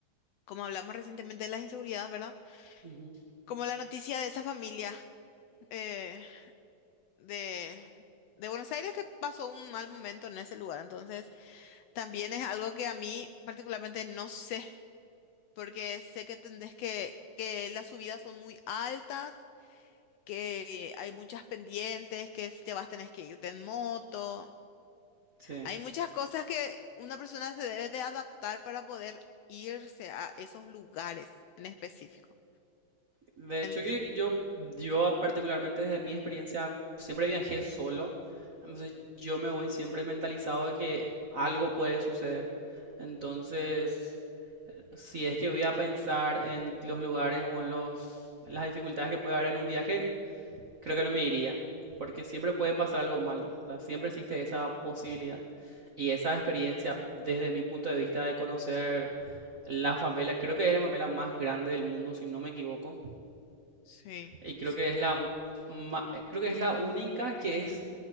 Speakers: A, on the left (about 80°); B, on the right (about 85°).
A: como hablamos recientemente de la inseguridad, ¿verdad?
B: Ujú.
A: Como la noticia de esa familia eh, de, de Buenos Aires que pasó un mal momento en ese lugar. Entonces, también es algo que a mí particularmente no sé, porque sé que tendés que, que las subidas son muy altas, que hay muchas pendientes, que si te vas tenés que irte en moto.
B: Sí.
A: Hay muchas cosas que una persona se debe de adaptar para poder irse a esos lugares en específico.
B: De hecho
A: Ento-
B: que yo, yo particularmente desde mi experiencia siempre viajé solo, entonces yo me voy siempre mentalizado de que algo puede suceder. Entonces, si es que voy a pensar en los lugares o en los, en las dificultades que puede haber en un viaje, creo que no me iría, porque siempre puede pasar algo malo, o sea, siempre existe esa posibilidad. Y esa experiencia, desde mi punto de vista de conocer la favela, creo que es la favela más grande del mundo, si no me equivoco.
A: sí,
B: Y creo
A: sí,
B: que es la ma- eh, creo que es la única que es